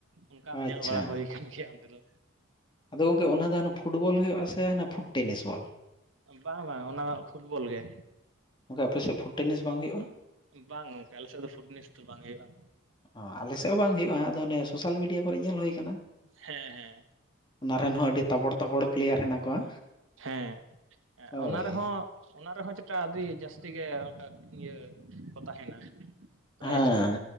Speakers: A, on the right; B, on the left.
A: ᱚᱱᱠᱟ ᱦᱚᱸ
B: ᱟᱪᱪᱷᱟ
A: ᱧᱮᱞ ᱵᱟᱲᱟ ᱦᱩᱭ ᱠᱟᱱ ᱜᱮᱭᱟ ᱚᱸᱰᱮ ᱫᱚ᱾
B: ᱟᱫᱚ ᱜᱚᱝᱠᱮ ᱚᱱᱟ ᱫᱚ ᱦᱟᱱᱮ ᱯᱷᱩᱴᱵᱚᱞ ᱦᱩᱭᱩᱜ-ᱟ ᱥᱮ ᱯᱷᱩᱴ ᱴᱮᱱᱤᱥ ᱵᱚᱞ?
A: ᱵᱟᱝ ᱵᱟᱝ ᱚᱱᱟ ᱫᱚ ᱯᱷᱩᱴᱵᱚᱞ ᱜᱮ᱾
B: ᱚᱱᱛᱮ ᱟᱯᱮ ᱥᱮᱫ ᱯᱷᱩᱴ ᱴᱮᱱᱤᱥ ᱵᱟᱝ ᱦᱩᱭᱩᱜ-ᱟ?
A: ᱵᱟᱝ ᱜᱚᱝᱠᱮ ᱟᱞᱮ ᱥᱮᱫ ᱫᱚ ᱯᱷᱩᱴ ᱱᱮᱱᱤᱥ ᱫᱚ ᱵᱟᱝ ᱦᱩᱭᱩᱜ-ᱟ᱾
B: ᱚ, ᱟᱞᱮ ᱥᱮᱫ ᱦᱚᱸ ᱵᱟᱝ ᱦᱩᱭᱩᱜ-ᱟ, ᱟᱫᱚ ᱚᱱᱮ ᱥᱳᱥᱟᱞ ᱢᱤᱰᱤᱭᱟ ᱠᱚᱨᱮ ᱧᱮᱞ ᱦᱩᱭ ᱠᱟᱱᱟ᱾
A: ᱦᱮᱸ ᱦᱮᱸ᱾
B: ᱚᱱᱟ ᱨᱮᱱ ᱦᱚᱸ ᱟᱹᱰᱤ ᱛᱟᱵᱚᱲ ᱛᱟᱵᱚᱲ ᱯᱮᱞᱮᱭᱟᱨ ᱦᱮᱱᱟᱜ ᱠᱚᱣᱟ᱾
A: ᱦᱮᱸ᱾ ᱮᱸ
B: ᱦᱳᱭ
A: ᱚᱱᱟ ᱨᱮᱦᱚᱸ ᱚᱱᱟ ᱨᱮᱦᱚᱸ ᱡᱮᱴᱟ ᱟᱹᱰᱤ ᱡᱟᱹᱥᱛᱤ ᱜᱮ ᱚᱱᱠᱟ ᱤᱭᱟᱹ ᱠᱚ ᱛᱟᱦᱮᱱᱟ᱾ ᱯᱨᱟᱭᱤᱡᱽ
B: ᱦᱮᱸ
A: ᱠᱚ